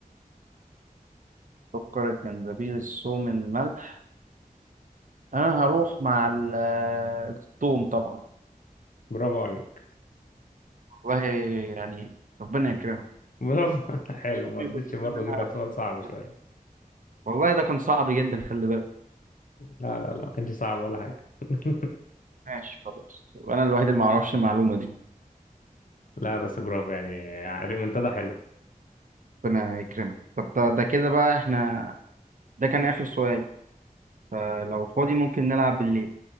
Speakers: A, on the right; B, on the left.
A: سكر الجنزبيل الثوم الملح أنا هروح مع ال- الثوم طبعا
B: برافو عليك
A: والله يعني ربنا يكرمك
B: برافو <laughs> حلو
A: أمي
B: ما رضيتش
A: كنت بتقول
B: برضه
A: إن أنا
B: اجيب لك
A: هاخد
B: سؤال صعب
A: الثوم.
B: شويه
A: والله ده كان صعب جدا خلي بالك
B: لا لا لا ما كانش صعب ولا حاجه <laughs>
A: ماشي خلاص وأنا الوحيد اللي ما أعرفش المعلومة دي
B: لا بس برافو يعني يعني منتدى حلو
A: ربنا يكرمك طب ده, ده كده بقى احنا ده كان آخر سؤال فلو فاضي ممكن نلعب بالليل